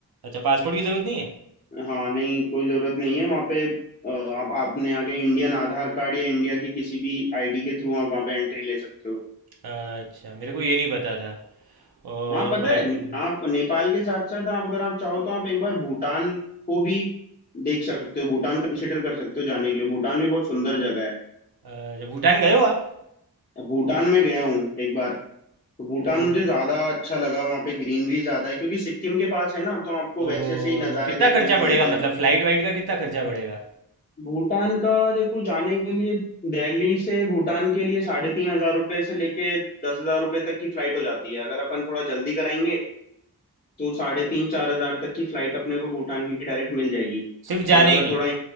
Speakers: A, on the right; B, on the left.
A: अच्छा पासपोर्ट की ज़रूरत नहीं
B: हाँ नहीं कोई जरूरत नहीं है वहाँ पे अ, आप आपने आके इंडियन आधार कार्ड या इंडिया की किसी भी आईडी के थ्रू आप वहाँ पे एंट्री ले सकते हो
A: है अच्छा मेरे को ये नहीं पता था और
B: हाँ पता
A: बाकी
B: है आप नेपाल के साथ साथ आप अगर आप चाहो तो आप एक बार भूटान को भी देख सकते हो भूटान कंसिडर कर सकते हो जाने के लिए भूटान भी बहुत सुंदर जगह है
A: अच्छा भूटान गए हो आप
B: भूटान में गया हूँ एक बार तो भूटान
A: तो
B: मुझे ज्यादा अच्छा लगा वहाँ पे ग्रीनरी ज्यादा है क्योंकि सिक्किम के पास है ना तो आपको
A: तो
B: वैसे से ही नज़ारे
A: कितना
B: देखने
A: खर्चा
B: को मिलते
A: पड़ेगा
B: हैं
A: मतलब फ्लाइट वाइट का कितना खर्चा पड़ेगा
B: भूटान का देखो जाने के लिए दिल्ली से भूटान के लिए साढ़े तीन हजार रुपये से लेके दस हजार रुपये तक की फ्लाइट हो जाती है अगर अपन थोड़ा जल्दी कराएंगे तो साढ़े तीन चार हजार तक की फ्लाइट अपने को भूटान की डायरेक्ट मिल जाएगी
A: सिर्फ जाने
B: और अगर
A: की
B: थोड़ा